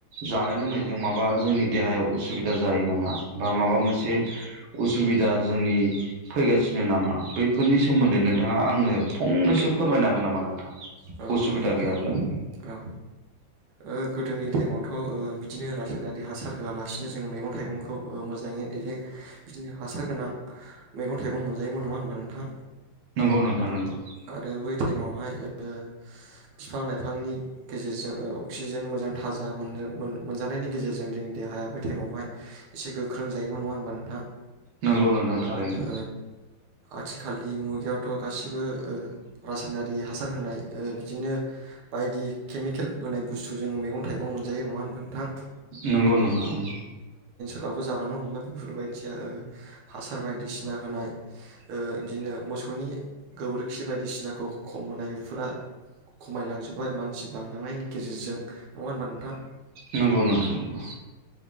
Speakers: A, on the right; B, on the right.
A: जानाय लोंनायजों माबा जोंनि देहायाव उसुबिदा जायो नामा बा माबा मोनसे उ सुबिदा जोंनि फैगासिनो नामा बैफोरनि सोमोन्दै नोंथाङा आंनो फंनैसो फोरमायनो हागोन नामा नोंथां
B: औ
A: उसुबिदा
B: ह नोंथां
A: गैयाब्ला
B: औ ओ गोदोनि टाइमावथ' ओ बिदिनो रासायनारि हासार होआलासिनो जोङो मैगं थाइगंखौ ओ मोजाङैे बिदिनो हासार गोनां मैगं थाइगं मोनजायोमोन नङा होमबा नोंथां
A: नंगौ नोंथां नंगौ
B: आरो बै टाइमावहाय ओ बिफां लाइफांनि गेजेरजों ओ अक्सिजेन मोजां थाजा मोननो मोन मोनजानायनि गेजेरजों जोंनि देहाया बे टाइमावहाय एसे गोख्रों जायोमोन नङा होनबा नोंथां
A: नंगौ नोंथां थारैनो
B: ओ आथिखालनि मुगायावथ' गासिबो ओ रासायनारि हा सार होनाय ओ बिदिनो बायदि केमिकेल होनाय बुस्थु जोङो मैगं थाइगं मोनजायो नङा होनब्ला नोंथां
A: नंगौ नोंथां नंगौ
B: लावबो जालांनो हमबाय बेफोरबायदिया ओ हासार बायदिसिना होनाय ओ बिदिनो मोसौनि गोबोरखि बायदिसिनाखौ खम होनाय बे फोरा खमायलांजोब्बाय मानसि बांलांनायनि गेजेरजों नङा होनबा नोंथां
A: नंगौ नोंथां नंगौ